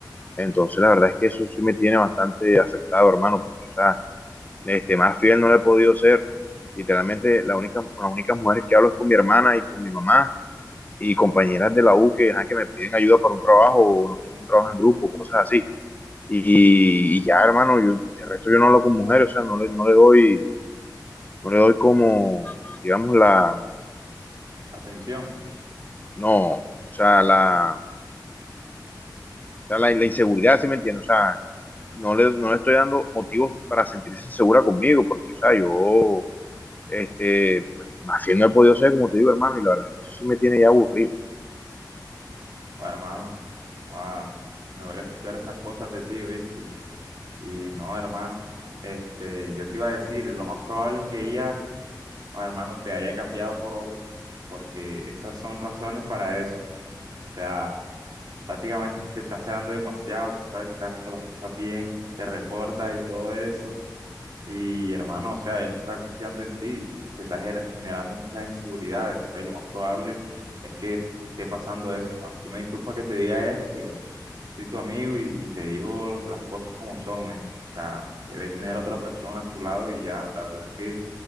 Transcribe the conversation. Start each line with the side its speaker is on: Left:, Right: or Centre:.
Left: Entonces, la verdad es que eso sí me tiene bastante afectado, hermano, porque, o sea, este, más fiel no le he podido ser. Literalmente, la única, con las únicas mujeres que hablo es con mi hermana y con mi mamá y compañeras de la U que, ajá, que me piden ayuda para un trabajo o nos toca un trabajo en grupo, cosas así. Y, y ya, hermano, yo, el resto yo no hablo con mujeres, o sea, no le, no le doy, no le doy como, digamos, la,
Right: Atención,
Left: no, o sea, la, o sea, la, la inseguridad, ¿sí me entiendes? O sea, no le, no le estoy dando motivos para sentirse insegura conmigo, porque, o sea, yo Este, pues más fiel no he podido ser, como te digo, hermano, y la verdad es que eso sí me tiene ya aburrido.
Right: joda, hermano, joda, me duele escuchar esas cosas de ti, ¿viste? Y no, hermano, este, yo te iba a decir, lo más probable es que ella, joda, hermano, te haya cambiado por otro, porque esas son razones para eso, bro. O sea, prácticamente te estás celando demasiado, tú sabes que estás haciendo las cosas bien, te reportas y todo eso. Y hermano, o sea, ya no está confiando en ti, te estás gener- generando muchas inseguridades. Entonces, lo más probable es que esté pasando eso, hermano. Tú me disculpas que te diga esto, pero soy tu amigo y, y te digo las cosas como son, ¿eh? O sea, debe tener a otra persona a su lado y ya, la verdad es que